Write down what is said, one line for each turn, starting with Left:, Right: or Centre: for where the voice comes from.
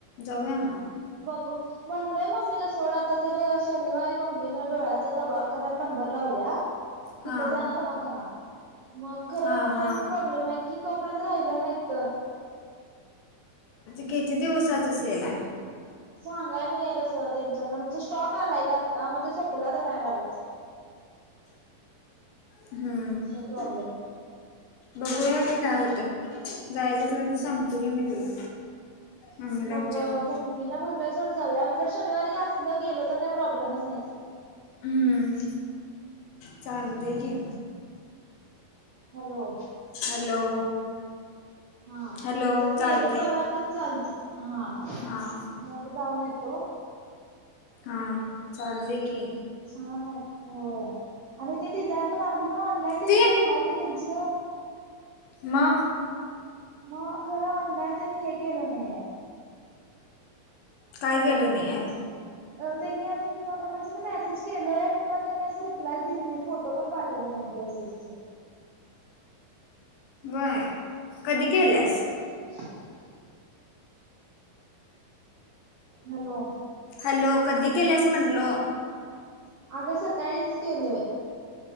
Left: जाऊया मग.
Right: बघू. म्हणलोय मम्मीला सोड आता जर शनिवारी मम्मीला डोळ्याचा दवाखान्यात नंबर लावलीया. तिथंच
Left: हा
Right: हाय ना दवाखाना, मग खरं
Left: हा
Right: काय
Left: हा
Right: प्रॉब्लेम आहे कि तोपर्यंत राहिलं नाही तर.
Left: किती दिवसाातच सेल हाय.
Right: सांगाय नाही हाय तसं त्यांच्याकड, म्हणजे स्टॉक आलाय का आत्ता मग ते सपला तर काय करायचं.
Left: हम्म,
Right: असं प्रॉब्लेम आहे.
Left: बघूया घे काय होतय. जायचं असलं
Right: हम्म
Left: तर सांगतो घे मी तुला. मम्मीला
Right: मग
Left: विचारून
Right: मम्मीला म्हणलंय सोड जाव्या, जर शनिवारी असलं गेलं, तर काही प्रॉब्लेमच नाही सोड.
Left: हम्म, चालतंय कि.
Right: हॅलो.
Left: हॅलो.
Right: हा,
Left: हॅलो
Right: जर
Left: चालते
Right: गेलो परवा तर चालतय हा.
Left: हा.
Right: मी आदी जाऊन येतो.
Left: हा चालतय की.
Right: छान आहेत होय आणि ते डिझाईन पण आवली मग ऑनलाईन डिलिव्हरी
Left: ते
Right: आहे ग त्यांची गं.
Left: म <unintelligible>
Right: मग खरं अंडान त्यांनी हे केलं नाहीय.
Left: काय
Right: अ
Left: कालून आहे. <unintelligible>
Right: त्यांनी अजून मला म्हणजे मी मेसेज केलोय, पण त्यांनी असं रिप्लाय दिली नाही फोट तो पण पाठवली नाही ड्रेसेस चे.
Left: बर कधी केल्यास?
Right: <unintelligible> हॅलो.
Left: हॅलो कधी केल्यास म्हटलो.
Right: अगं सकाळीच केलोय.